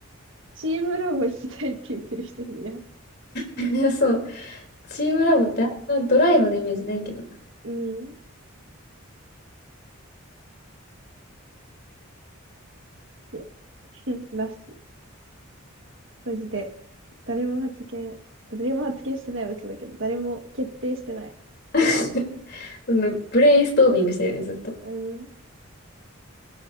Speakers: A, on the right (about 60°); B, on the left (about 50°).
A: チームラボ行きたいって言ってる人いるやん。
B: ね。<laughs> そう。チームラボってあんなドライブのイメージないけどな。
A: うん。いや、<laughs> うん、ます。マジで。誰も発言、誰も発言してないは嘘だけど、誰も決定してない。
B: <laughs> そのブレインストービングしてるよね、ずっと。
A: うん。